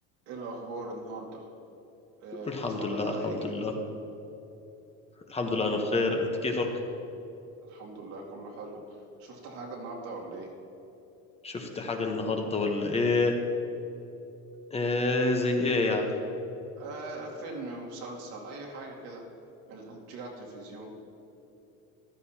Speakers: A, on the right; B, on the left.
A: ايه الاخبار النهارده آه
B: الحمد
A: بتتفرج
B: لله
A: على
B: الحمد
A: ايه كده
B: لله الحمد لله انا بخير انت كيفك
A: الحمد لله كله حلو شفت حاجه النهارده ولا ايه
B: شفت حاجة النهاردة ولا ايه ايه زي ايه يعني
A: آه فيلم مسلسل اي حاجه كده من اللي بتيجي على التلفزيون